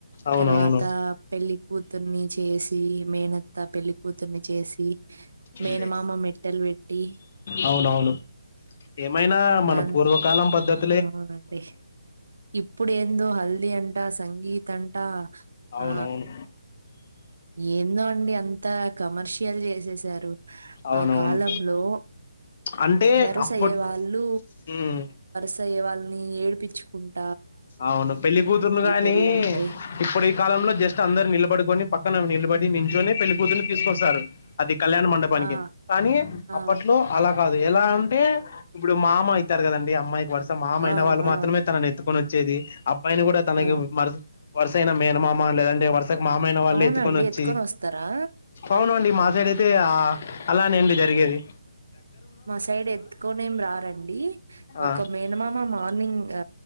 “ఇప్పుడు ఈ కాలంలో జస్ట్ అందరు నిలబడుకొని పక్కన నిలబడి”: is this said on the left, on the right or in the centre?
Left